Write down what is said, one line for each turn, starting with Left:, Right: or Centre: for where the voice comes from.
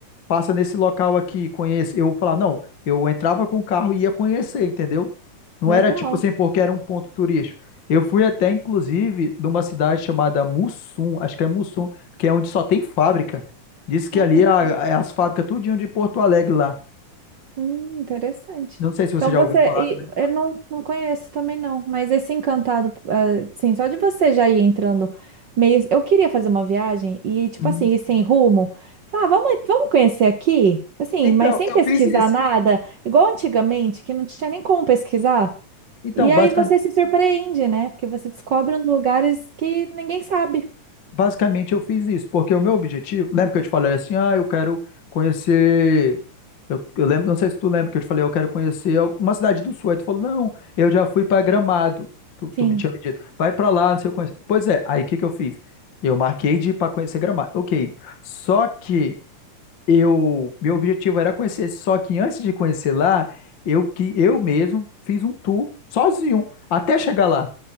Left: passa nesse local aqui, conhece. Eu falava, não, eu entrava com o carro e ia conhecer, entendeu? Não
Right: Legal.
Left: era tipo assim, porque era um ponto turístico. Eu fui até, inclusive, de uma cidade chamada Mussum, acho que é Mussum, que é onde só tem fábrica. Diz que
Right: Olha
Left: ali a-
Right: só.
Left: é as fábricas tudinho de Porto Alegre lá.
Right: Hum, interessante.
Left: Não sei se você
Right: Então
Left: já
Right: você.
Left: ouviu falar
Right: e
Left: também.
Right: Eu não, não conheço também, não. Mas esse encantado, eh, sim, só de você já ir entrando meio. Eu queria fazer uma viagem e, tipo
Left: Uhum.
Right: assim, ir sem rumo. Falar, ah, vamos, vamos conhecer aqui? Assim,
Left: Então,
Right: mas sem
Left: eu
Right: pesquisar
Left: fiz isso.
Right: nada, igual antigamente, que não tinha nem como pesquisar.
Left: Então,
Right: E
Left: basicamente,
Right: aí você se surpreende, né? Porque você descobre uns lugares que ninguém sabe.
Left: basicamente eu fiz isso, porque o meu objetivo, lembra que eu te falei assim, ah, eu quero conhecer, eu, eu lembro, não sei se tu lembra que eu te falei, eu quero conhecer al- uma cidade do sul, aí tu falou, não, eu já fui para Gramado, tu,
Right: Sim.
Left: tu me tinha dito, vai para lá, não sei o que, pois é, aí o que que eu fiz? Eu marquei de ir para conhecer Gramado, ok, só que eu, meu objetivo era conhecer, só que antes de conhecer lá, eu que eu mesmo fiz um tour sozinho até chegar lá.